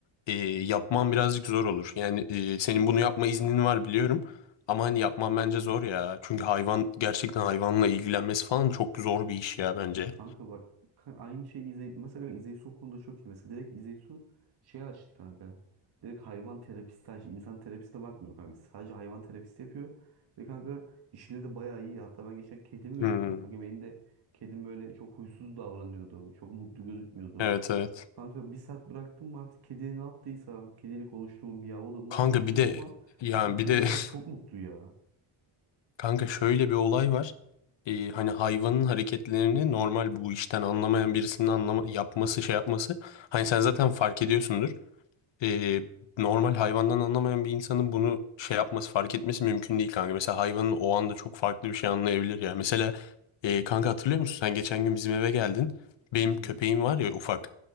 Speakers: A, on the left; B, on the right.
A: e, yapman birazcık zor olur. Yani e, senin bunu yapma iznin var biliyorum ama hani yapman bence zor ya. Çünkü hayvan gerçekten hayvanla ilgilenmesi falan çok zor bir iş ya bence.
B: Kanka bak ka- aynı şey İzey mesela İzeysu o konuda çok iyi. Mesela direkt İzeysu şey açtı kanka. Direkt hayvan terapisti sadece insan terapistine bakmıyor kanka. Sadece hayvan terapisti yapıyor. Ve kanka işine de bayağı iyi. Hatta ben geçen kedimi götürdüm.
A: Hmm,
B: Kanka benim de kedim böyle çok huysuz davranıyordu. Çok mutlu gözükmüyordu.
A: evet evet.
B: Kanka bir saat bıraktım mı artık kedi ne yaptıysa. Kediyle konuştum, miyavladım ne
A: Kanka
B: yaptı bilmiyorum
A: bir de
B: ama.
A: yani
B: lan kedi
A: bir de
B: şu an çok
A: <laughs>
B: mutlu ya.
A: Kanka şöyle bir olay var. Ee, hani hayvanın hareketlerini normal bu işten anlamayan birisinin anlama, yapması şey yapması. Hani sen zaten fark ediyorsundur e, normal hayvandan anlamayan bir insanın bunu şey yapması, fark etmesi mümkün değil kanka. Mesela hayvanın o anda çok farklı bir şey anlayabilir ya. Mesela e, kanka hatırlıyor musun? Sen geçen gün bizim eve geldin. Benim
B: Hı hı.
A: köpeğim var ya ufak.